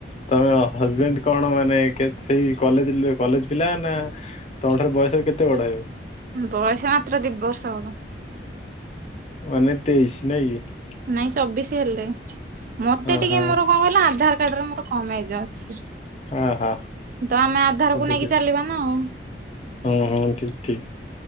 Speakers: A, on the left; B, on the right.
A: ତମେ ହଜବେଣ୍ଡ କଣ ମାନେ କେତ ସେଇ କଲେଜ କଲେଜ ପିଲା ନା ତମଠାରେ ବୟସରେ କେତେ ବଡ ହେବେ?
B: ବୟସ ମାତ୍ର ଦି ବର୍ଷ ବଡ଼।
A: ମାନେ ତେଇଶ ନାଇଁକି।
B: ନାଇଁ ଚବିଶି ହେଲେ। ମତେ
A: ଓହୋ
B: ଟିକେ ମୋର କଣ କହିଲା ଆଧାର କାର୍ଡରେ ମୋର କମ ଏଜ୍ ଅଛି।
A: ଆହା
B: ତ ଆମେ ଆଧାରକୁ
A: ବୁଝିଲି
B: ନେଇକି ଚାଲିବା ନା ଆଉ।
A: ହୁଁ ହୁଁ ଠିକ୍ ଠିକ।